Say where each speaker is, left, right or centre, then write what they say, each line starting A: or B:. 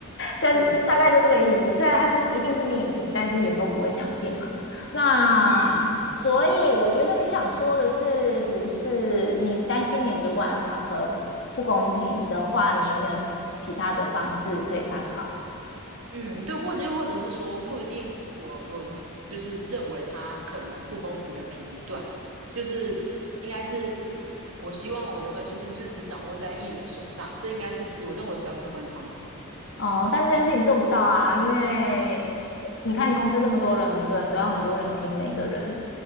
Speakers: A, on the right; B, on the left.
A: 是，
B: 但是大概就这个意思。虽然他是一定是匿名，但是员工不会相信嘛。那所以我觉得你想说的是，
A: 嗯
B: 不是你担心你主管考核不公平的话，你有没有其他的方式可以参考？
A: 嗯，对，或者又或者是说不一定我，我就是认为他可能不公平的评断，就是应该是我希望我的分数不是只掌握在艺人手上，这应该是我认为比较客观的方式。
B: 哦，但这件事情做不到啊，因为你看公司这么多人，每个人都要很多人评每个人，